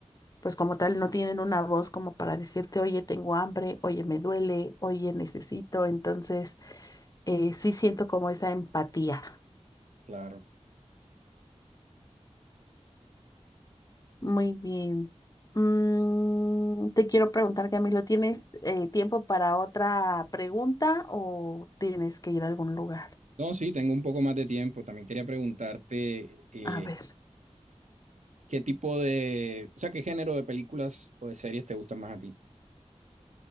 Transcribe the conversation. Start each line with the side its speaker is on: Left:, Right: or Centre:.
Left: pues como tal, no tienen una voz como para decirte, oye, tengo hambre, oye, me duele, oye, necesito. Entonces, eh, sí siento como esa empatía.
Right: Claro.
Left: Muy bien. Mm, te quiero preguntar, Camilo, ¿tienes eh, tiempo para otra pregunta o tienes que ir a algún lugar?
Right: No, sí, tengo un poco más de tiempo. También quería preguntarte eh,
Left: A ver.
Right: qué tipo de, o sea, qué género de películas o de series te gustan más a ti.